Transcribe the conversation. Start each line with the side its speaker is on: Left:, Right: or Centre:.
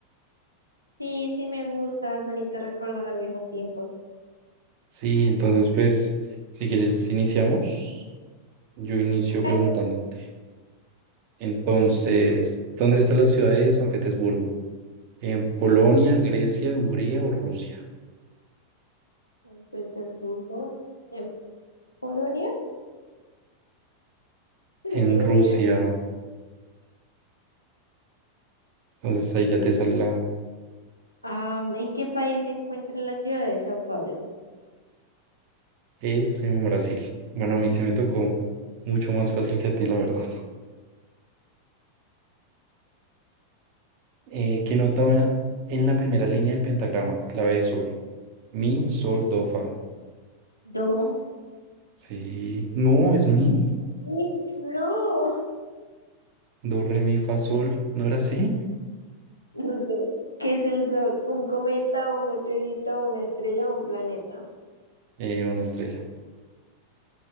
Left: Sí, sí me gusta, es bonito recordar viejos tiempos.
Right: Sí, entonces pues, si quieres iniciamos. Yo inicio
Left: Claro,
Right: preguntándote. Entonces, ¿dónde está la ciudad de San Petersburgo? ¿En Polonia, Grecia, Hungría o Rusia?
Left: en Petersburgo, en Polonia, <laughs>
Right: En
Left: en Rusia.
Right: Rusia. Entonces ahí ya te sale la
Left: Ah, ¿en qué país se encuentra la ciudad de Sao Paulo?
Right: es en Brasil. Bueno, a mí se me tocó mucho más fácil que a ti, la verdad. Eh, ¿qué nota va en la en la primera línea del pentagrama? Clave de sol. Mi, sol, do, fa.
Left: Do.
Right: Sí. No, es mi.
Left: Sí, No,
Right: Do, re, mi, fa, sol. ¿No era así?
Left: no sé. ¿Qué es el sol? ¿Un cometa, un meteorito, una estrella o un planeta?
Right: Eh, una estrella.